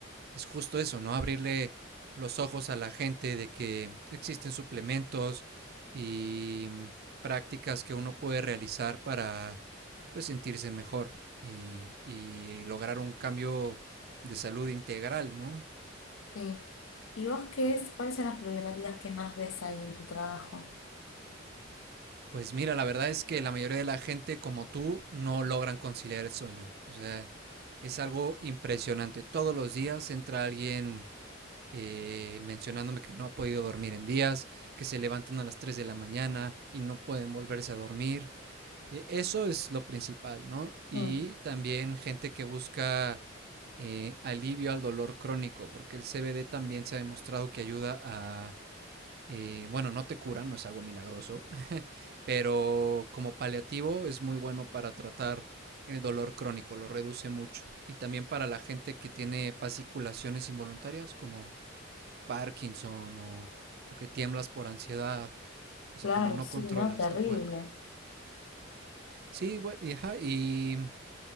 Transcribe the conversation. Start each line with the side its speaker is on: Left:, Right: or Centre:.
Right: es justo eso, ¿no? Abrirle los ojos a la gente de que existen suplementos y mm, prácticas que uno puede realizar para pues sentirse mejor y, y lograr un cambio de salud integral, ¿no?
Left: Sí. ¿Y vos qué es? ¿Cuáles son las problemáticas que más ves ahí en tu trabajo?
Right: Pues mira, la verdad es que la mayoría de la gente como tú no logran conciliar el sueño. O sea, es algo impresionante. Todos los días entra alguien eh, mencionándome que no ha podido dormir en días, que se levantan a las 3 de la mañana y no pueden volverse a dormir. Eh, eso es lo principal, ¿no? Y
Left: Mm,
Right: también gente que busca eh, alivio al dolor crónico, porque el CBD también se ha demostrado que ayuda a, eh, bueno, no te cura, no es algo milagroso, pero como paliativo es muy bueno para tratar el dolor crónico, lo reduce mucho. Y también para la gente que tiene fasciculaciones involuntarias como Parkinson o, o que tiemblas por ansiedad, o
Left: claro,
Right: sea, cuando no
Left: sí,
Right: controlas
Left: no, terrible.
Right: tu cuerpo. Sí, bue- y, ajá, y